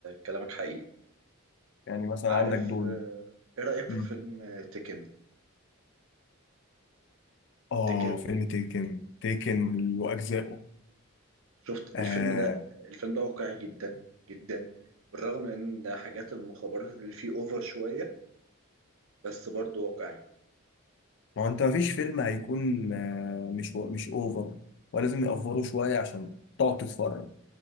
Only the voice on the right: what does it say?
كلامك حقيقي
عارف
آه، ايه رأيك
في فيلم آه، تيكن
تيكن
شفت
الفيلم ده الفيلم ده واقعي جدا جدا بالرغم من ان حاجات المخابرات اللي فيه اوفر شوية بس برضه واقعي